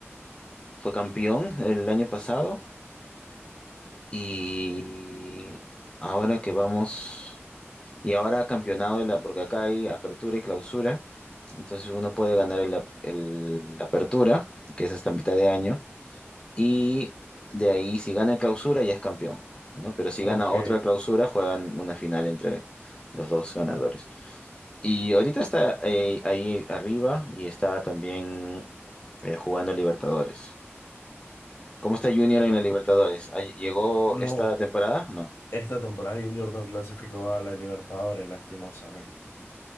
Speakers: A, on the left; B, on the left.
A: fue campeón el año pasado y ahora que vamos... Y ahora campeonado, de la, porque acá hay apertura y clausura, entonces uno puede ganar el, ap- el- la apertura, que es hasta mitad de año, y de ahí si gana el clausura ya es campeón, ¿no? Pero si
B: Ok.
A: gana otra clausura, juegan una final entre los dos ganadores. Y ahorita está eh, ahí arriba y está también eh, jugando Libertadores. ¿Cómo está Junior en la Libertadores? ¿Ah, ¿Llegó
B: No,
A: esta temporada? No.
B: esta temporada Junior no clasificó a la Libertadores, lastimosamente.